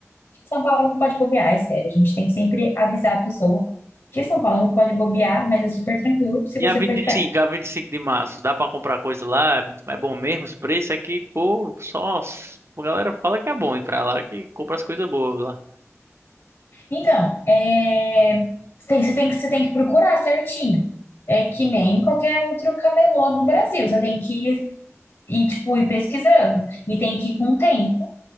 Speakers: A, on the left; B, on the right.
A: São Paulo não pode bobear, é sério. A gente tem que sempre avisar a pessoa que São Paulo não pode bobear, mas é super tranquilo se
B: E
A: você
B: a vinte
A: for esperto.
B: e cinco, a vinte e cinco de março, dá pra comprar coisa lá? É é bom mesmo os preços? É que, pô, só s- a galera fala que é bom ir pra lá, que compra as coisas boas lá.
A: Então, é, você tem, você tem que, você tem que procurar certinho. É que nem qualquer outro camelô do Brasil. Você tem que ir, ir, tipo, ir pesquisando. E tem que ir com tempo